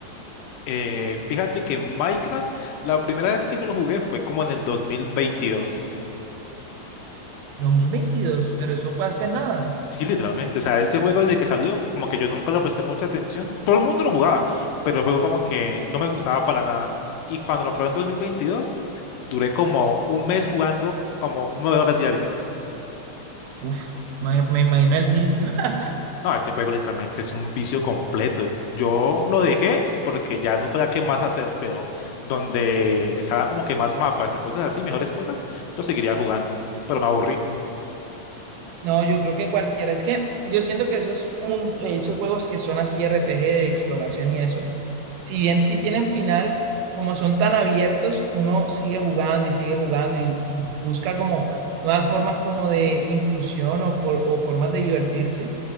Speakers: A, on the left; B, on the right.
A: Eh, fíjate que Minecraft, la primera vez que yo lo jugué fue como en el 2022.
B: 2022, pero eso fue hace nada.
A: Sí, literalmente. O sea, ese juego desde que salió, como que yo nunca le presté mucha atención. Todo el mundo lo jugaba, pero el juego como que no me gustaba para nada. Y cuando lo probé en 2022, duré como un mes jugando como nueve horas diarias.
B: Uf, me, me imagino el vicio. <laughs>
A: No, este juego literalmente es un vicio completo. Yo lo dejé porque ya no sabía qué más hacer, pero donde salgan como que más mapas y cosas así, mejores cosas, yo seguiría jugando, pero me aburrí.
B: No, yo creo que cualquiera. Es que yo siento que esos, mun- esos juegos que son así RPG de exploración y eso, si bien sí tienen final, como son tan abiertos, uno sigue jugando y sigue jugando y busca como nuevas formas como de inclusión o, por- o formas de divertirse.